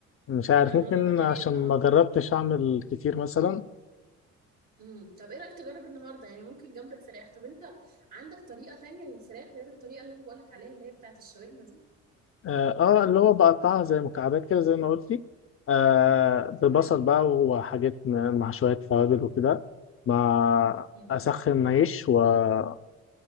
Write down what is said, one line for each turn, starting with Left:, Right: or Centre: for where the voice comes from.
Left: مش عارف
Right: فالموضوع
Left: ممكن
Right: ده غريب
Left: عشان
Right: اه
Left: ما جربتش اعمل كتير مثلا
Right: امم طب ايه رأيك تجرب النهارده يعني ممكن جنب الفراخ طب انت عندك طريقة تانية للفراخ غير الطريقة اللي انا بقولك عليها اللي هي بتاعت الشاورما دي
Left: اه آه، اللي هو بقطعها زي مكعبات كده زي ما قلت لي آه ببصل
Right: تمام
Left: بقى وحاجات م- مع شويه توابل وكده مع
Right: امم
Left: اسخن عيش وشويه